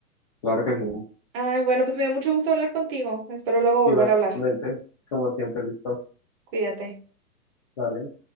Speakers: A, on the left (about 25°); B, on the right (about 25°).
A: Claro que sí.
B: Ay, bueno, pues me dio mucho gusto hablar contigo. Espero luego volver
A: Igualmente,
B: a hablar.
A: como siempre, listo.
B: Cuídate.
A: Vale.